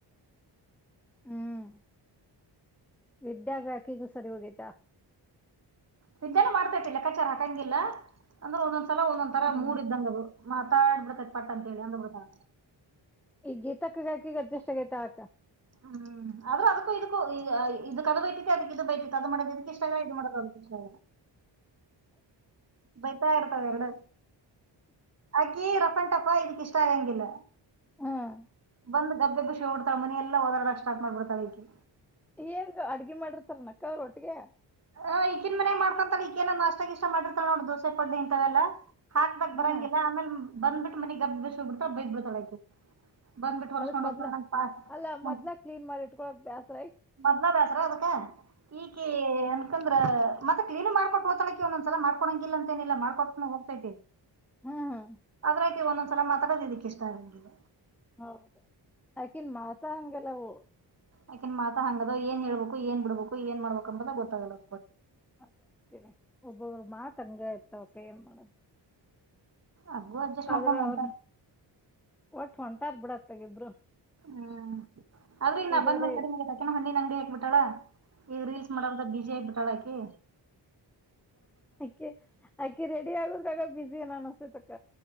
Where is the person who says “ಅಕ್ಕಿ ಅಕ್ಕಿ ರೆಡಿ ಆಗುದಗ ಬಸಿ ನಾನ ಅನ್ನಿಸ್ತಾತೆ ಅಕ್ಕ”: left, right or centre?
Centre